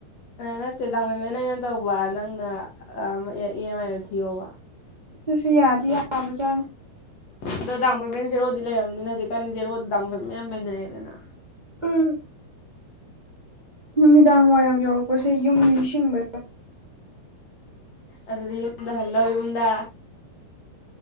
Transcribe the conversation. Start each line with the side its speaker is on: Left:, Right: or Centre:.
Left: ꯅꯠꯇꯦ ꯗꯥꯎꯟ ꯄꯦꯃꯦꯟ ꯑꯅ ꯇꯧꯕ ꯅꯪꯅ ꯏ ꯑꯦꯝ ꯑꯥꯏꯗ ꯊꯤꯌꯣꯕ
Right: ꯇꯨꯁꯨ ꯌꯥꯗꯕꯖ
Left: ꯑꯗꯣ ꯗꯥꯎ ꯄꯦꯃꯦꯟ ꯖꯦꯔꯣꯗꯤ ꯂꯩꯔꯕꯅꯤꯅ ꯍꯧꯖꯤꯛꯀꯥꯟ ꯖꯦꯔꯣꯗ ꯗꯥꯡ ꯄꯦꯃꯦꯟ ꯌꯥꯝ ꯂꯩꯅꯩꯑꯦꯗꯅ
Right: ꯎꯝ ꯅꯨꯃꯤꯗꯥꯡ ꯋꯥꯏꯔꯝ ꯌꯧꯔꯛꯄꯁꯦ ꯌꯨꯝ ꯅꯤꯡꯁꯤꯡꯕ
Left: ꯑꯗꯨꯗꯤ ꯌꯨꯝꯗ ꯍꯜꯂꯣ ꯌꯨꯝꯗ